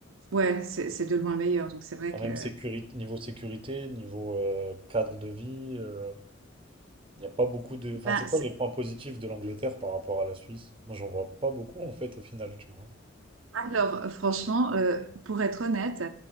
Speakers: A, on the right; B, on the right.
A: ouais, c'est c'est de loin le meilleur. Donc, c'est vrai
B: Enfin,
A: que,
B: même sécurité, niveau sécurité, niveau euh, cadre de vie, euh, il n'y a pas beaucoup de.
A: ben,
B: Enfin, c'est
A: c'est-
B: quoi les points positifs de l'Angleterre par rapport à la Suisse? Moi, j'en vois pas beaucoup en fait au final, tu vois.
A: Alors, franchement, euh, pour être honnête,